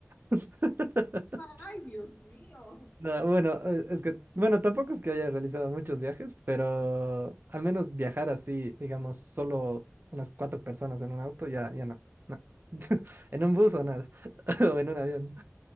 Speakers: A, on the right (about 45°); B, on the left (about 25°).
A: <laughs>
B: Ay, Dios mío.
A: No, bueno,
B: Bueno,
A: eh, es que, bueno, tampoco es que haya realizado muchos viajes, pero al menos viajar así, digamos, solo unas cuatro personas en un auto, ya, ya no, no. <laughs> En un bus
B: oh,
A: o nada, <laughs> o en un avión.